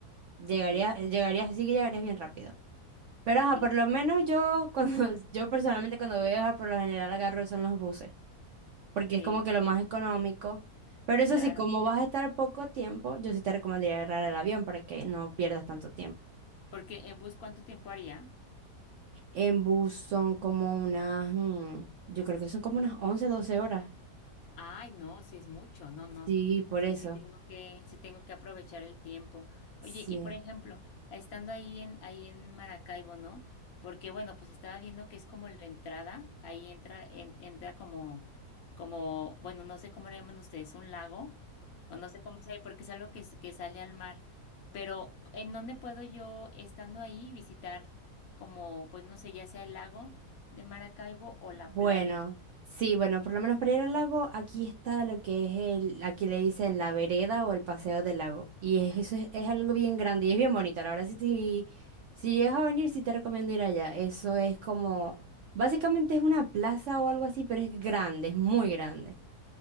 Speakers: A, on the right; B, on the left.
A: Llegarías,
B: Ok,
A: llegarías, sí que llegarías bien rápido. Pero
B: ok,
A: ajá, por lo menos yo, cuando, <laughs> yo personalmente cuando voy a viajar por lo general agarro son los buses, porque
B: ok,
A: es como que lo más económico. Pero eso
B: claro.
A: sí, como vas a estar poco tiempo, yo sí te recomendaría agarrar el avión para que no pierdas tanto tiempo.
B: Porque en bus, ¿cuánto tiempo haría?
A: En bus son como unas, mm, yo creo que son como unas 11 12 horas.
B: Ay, no, sí es mucho, no, no.
A: Sí, por
B: Sí,
A: eso.
B: sí tengo que, sí tengo que aprovechar el tiempo.
A: Sí.
B: Oye, y por ejemplo, estando ahí en, ahí en Maracaibo, ¿no? Porque bueno, pues estaba viendo que es como la entrada, ahí entra, en- entra como, como, bueno, no sé cómo le llaman ustedes, un lago, o no sé cómo se porque es algo que, s- que sale al mar. Pero, ¿en dónde puedo yo, estando ahí, visitar como, pues no sé, ya sea el lago de Maracaibo o la
A: Bueno,
B: playa?
A: sí, bueno, por lo menos para ir al lago, aquí está lo que es el, aquí le dicen la vereda o el paseo del lago. Y es- eso es, es algo bien grande y es bien bonito. Ahora sí, si, si llegas a venir, sí te recomiendo ir allá. Eso es como, básicamente es una plaza o algo así, pero es grande, es muy grande.